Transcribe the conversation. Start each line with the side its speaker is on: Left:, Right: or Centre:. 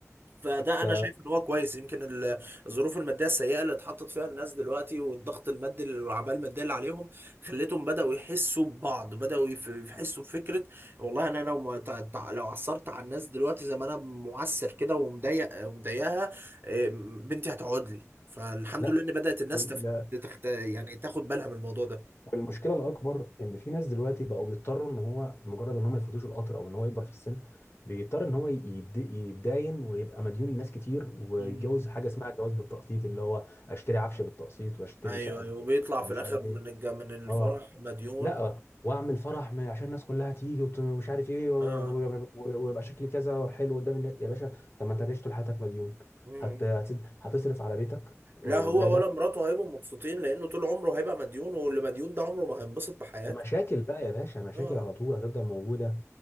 Right: فده
Left: ف
Right: انا شايف ان هو كويس يمكن ال- الظروف الماديه السيئه اللي اتحطت فيها الناس دلوقتي والضغط المادي اللي- والعباءه الماديه اللي عليهم خلتهم بداوا يحسوا ببعض بداوا يف- يحسوا بفكره والله انا لو ما تع- تع- لو عثرت على الناس دلوقتي زي ما انا معسر كده ومضايق ومضايقها إيه، بنتي هتقعد لي فالحمد
Left: لا
Right: لله ان بدات الناس
Left: وال-
Right: تف... تخت... يعني تاخد بالها من الموضوع ده
Left: والمشكله الاكبر ان في ناس دلوقتي بقوا بيضطروا ان هو مجرد ان هم يفوتوش القطر او ان هو يكبر في السن بيضطر ان هو يد- يتداين ويبقى مديون لناس كتير ويتجوز
Right: مم.
Left: حاجه اسمها جواز بالتقسيط اللي هو اشتري عفش بالتقسيط واشتري
Right: ايوه
Left: شقه بالتقسيط
Right: ايوه وبيطلع في
Left: ومش
Right: الاخر
Left: عارف
Right: من
Left: ايه
Right: الج... من الفرح
Left: اه
Right: مديون
Left: لا واعمل فرح ما- عشان الناس كلها تيجي وت- ومش عارف ايه و-
Right: اه
Left: و- ويبقى شكلي كذا حلو قدام الناس يا باشا طب ما انت هتعيش طول حياتك مديون
Right: آه.
Left: هت... هت- هتصرف على بيتك واولادك
Right: لا هو ولا مراته هيبقوا مبسوطين لانه طول عمره هيبقى مديون واللي مديون ده عمره ما هينبسط بحياته
Left: ومشاكل بقى يا باشا مشاكل
Right: اه آه.
Left: على طول هتفضل موجودة